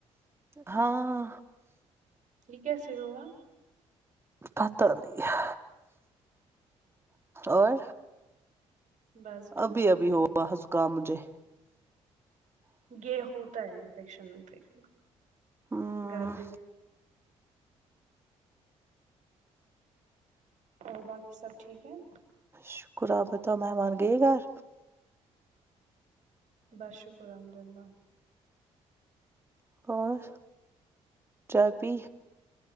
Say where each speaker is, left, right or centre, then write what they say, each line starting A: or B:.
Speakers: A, on the right (about 15°); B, on the right (about 60°).
A: ہاں
B: یہ کیسے ہوا
A: پتہ نہیں ہے اور
B: بس دعا
A: ابھی
B: آپ
A: ابھی
B: کی
A: ہوا زکام مجھے
B: یہ ہوتا ہے انفیکشن وفیکشن
A: ہمم
B: گرد اور باقی سب ٹھیک ہیں
A: شکر آپ بتاؤ مہمان گئے گھر
B: بس شکر الحمد اللہ
A: اور چائے پی